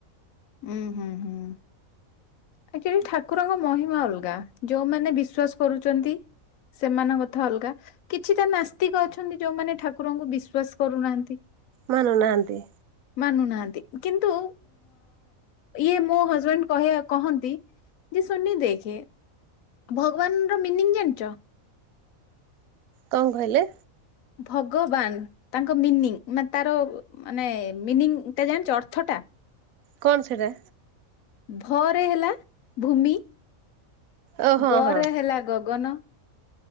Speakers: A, on the left; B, on the right.
A: ହୁଁ ହୁଁ ହୁଁ। ଆକଚୁଆଲି ଠାକୁରଙ୍କ ମହିମା ଅଲଗା, ଯୋଉମାନେ ବିଶ୍ଵାସ କରୁଛନ୍ତି। ସେମାନଙ୍କ କଥା ଅଲଗା, କିଛିଟା ନାସ୍ତିକ ଅଛନ୍ତି ଯୋଉମାନେ ଠାକୁରଙ୍କୁ ବିଶ୍ଵାସ କରୁନାହାନ୍ତି।
B: ମାନୁନାହାନ୍ତି।
A: ମାନୁନାହାନ୍ତି କିନ୍ତୁ ଇଏ ମୋ ହଜବେଣ୍ଡ କହିବା କ କହନ୍ତି ଯେ ସୁନି ଦେଖେ ଭଗବାନର ମିନିଂ ଜାଣିଛ?
B: କଣ କହିଲେ?
A: ଭଗବାନ ତାଙ୍କ ମିନିଂ ମାନେ ତାର ମାନେ ମିନିଂ ଜାଣିଛ ଅର୍ଥ ଟା?
B: କଣ ସେଟା?
A: ଭ ରେ ହେଲା ଭୂମି।
B: ଓ ହଁ
A: ଗ
B: ହଁ
A: ରେ ହେଲା ଗଗନ।